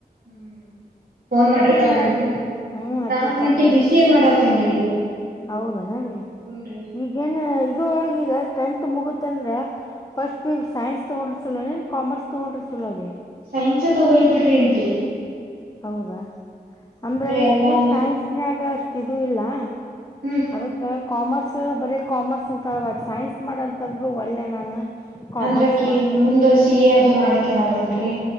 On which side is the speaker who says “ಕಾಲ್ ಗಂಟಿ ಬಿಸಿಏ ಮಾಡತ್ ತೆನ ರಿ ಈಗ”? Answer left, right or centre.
Right